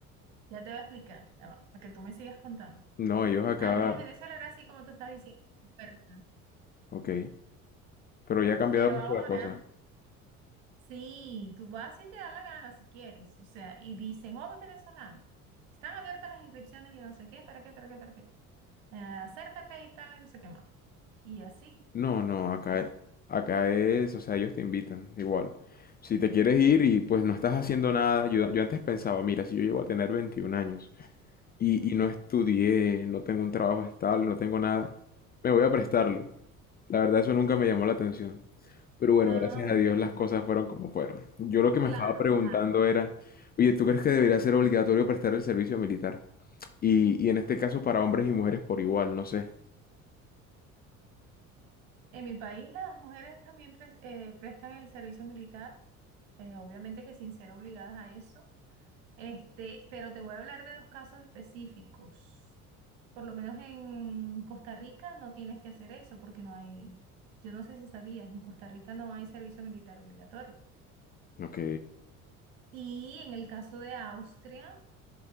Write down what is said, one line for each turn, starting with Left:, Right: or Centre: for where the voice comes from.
Right: ya te voy a explicar, ya va, para que tú me sigas contando.
Left: No, ellos acá...
Right: Antes en Venezuela era así como tú estás diciendo, dispersa.
Left: Ok. Pero ya ha cambiado
Right: Pero
Left: mucho
Right: ahora
Left: la cosa.
Right: sí, tú vas y te da la gana si quieres. O sea, y dicen, joven venezolano, están abiertas las inscripciones y no sé qué, para qué, para qué, para qué. Eh, acércate y tal, y no sé qué más. Y así.
Left: No, no, acá, acá es, o sea, ellos te invitan, igual. Si te quieres ir y pues no estás haciendo nada, yo, yo antes pensaba, mira, si yo llego a tener 21 años y,
Right: Ujú.
Left: y no estudié, no tengo un trabajo estable, no tengo nada, me voy a prestarlo. La verdad, eso nunca me llamó la atención. Pero bueno,
Right: Ah,
Left: gracias a Dios
Right: ok.
Left: las cosas fueron como fueron. Yo lo que me
Right: claro,
Left: estaba preguntando
Right: claro.
Left: era, oye, ¿tú crees que debería ser obligatorio prestar el servicio militar? Y, y en este caso para hombres y mujeres por igual, no sé.
Right: En mi país las mujeres también pres- eh, prestan el servicio militar, eh, obviamente que sin ser obligadas a eso. Este, pero te voy a hablar de dos casos específicos. Por lo menos en Costa Rica no tienes que hacer eso porque no hay, yo no sé si sabías, en Costa Rica no hay servicio militar obligatorio.
Left: Ok.
Right: Y en el caso de Austria,